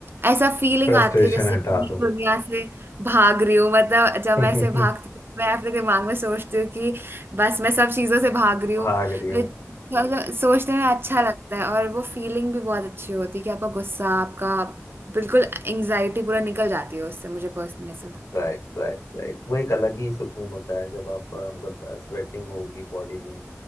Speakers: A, on the right (about 45°); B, on the left (about 70°).
A: ऐसा फीलिंग
B: फ्रस्ट्रेशन
A: आती है जैसे
B: हटा
A: कि मैं
B: दो
A: दुनिया से भाग रही हूँ मतलब जब
B: <laughs>
A: मैं ऐसे भागती हूँ मैं अपने दिमाग में सोचती हूँ कि बस मैं सब चीजों से भाग रही हूँ
B: भाग रही हूँ
A: वे- मतलब सोचने में अच्छा लगता है और वो फीलिंग भी बहुत अच्छी होती है कि आपका गुस्सा आपका बिल्कुल एंग्जाइटी पूरा निकल जाती है उससे मुझे पर्सनली ऐसा लगता
B: राइट
A: है
B: राइट राइट वो एक अलग ही सुकून होता है जब आप अ, मतलब स्वेटिंग होगी बॉडी में